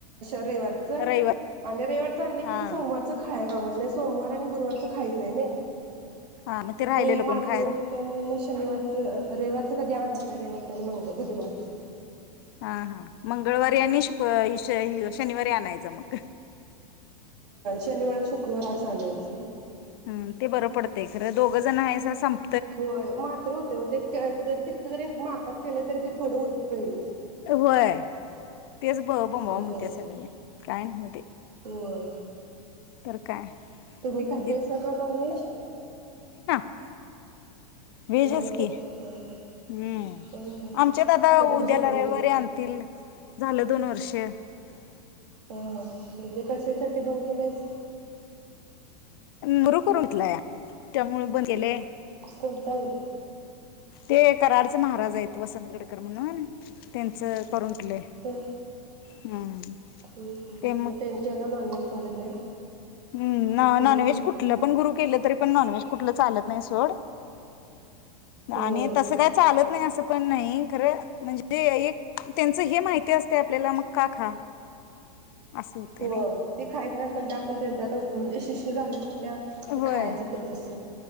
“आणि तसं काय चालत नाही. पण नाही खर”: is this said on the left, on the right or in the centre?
Left